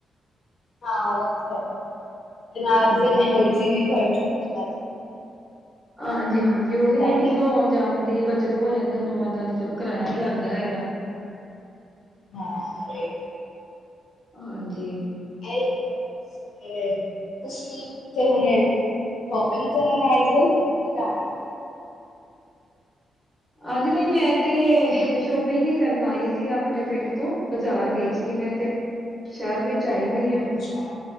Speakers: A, on the left (about 70°); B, in the centre.
A: ਹਾਂ, ਉਹ ਤੇ ਹੈ ਤੇ ਨਾਲ
B: ਹਾਂਜੀ
A: ਫਿਰ ਐਨਰਜੀ ਵੀ ਖਰਚ ਹੋ ਤੋਂ ਬਾਦ
B: ਹਾਂਜੀ-ਹਾਂਜੀ, ਉਹੀ ਨਾ
A: ਸਾਡੀ
B: ਕਿ ਚਲੋ ਆਉਣ-ਜਾਣ ਦੀ ਬੱਚਤ ਹੋ ਜਾਂਦੀ ਸਾਨੂੰ ਆਉਂ-ਜਉਨ ਦਾ ਕਿਰਾਆ ਨੀ ਲੱਗਦਾ ਹੈਗਾ।
A: ਹਾਂ, ਰਾਈਟ।
B: ਹਾਂਜੀ।
A: ਇਹੀ ਹੈ ਬਸ ਤੇ ਤੁਸੀ ਕਿੱਥੇ ਹੋਣੇ ਆ? ਸ਼ੌਪਿੰਗ ਕਰਨ ਆਏ ਦੇਉ ਕਿ ਉਨੇ ਜਾਣਾ।
B: ਹਾਂਜੀ, ਨਹੀਂ ਮੈਂ ਤੇ ਸ਼ੋਪਿੰਗ ਹੀ ਕਰਨ ਆਈ ਸੀ ਆਪਣੇ ਪਿੰਡ ਤੋਂ ਬਾਜ਼ਾਰ ਗਈ ਸੀ। ਕਿ ਮੈਂ ਤੇ ਸ਼ਹਿਰ ਵਿੱਚ ਆਈ ਹੋਈ ਹਾਂ,
A: ਅੱਛਾ